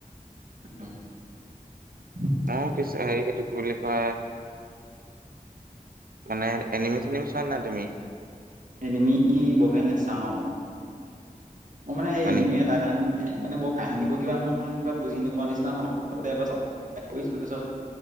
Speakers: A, on the right (about 60°); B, on the right (about 85°).
A: <unintelligible>
B: ময়ো কিছু এই হেইটো কি বুলি কয় মানে এনিমি চেনিমি চোৱা নাই তুমি?
A: এনিমি বগে নাচাও। মোৰ মানে সেই
B: হয়
A: এনিমি
B: নেকি?
A: এটা কাৰণ মানে বৰ কাহিনীবোৰ কিবা মই কিবা বুজি নোপোৱা নিচিনা হয়। <unintelligible> কৰিছিলো তাৰছত